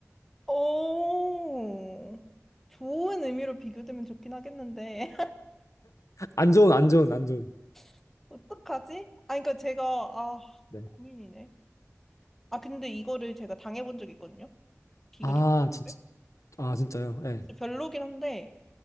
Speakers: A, in the centre; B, on the left.
A: 오 좋은 의미로 비교되면 좋긴 하겠는데
B: 안 좋은, 안 좋은, 안 좋은.
A: <laughs> 어떡하지? 아 그러니까 제가 아
B: 네.
A: 고민이네. 아 근데 이거를 제가 당해본 적이 있거든요. 비교
B: 아,
A: 당한
B: 진짜,
A: 거를.
B: 아, 진짜요? 네,
A: 그래서 별로긴 한데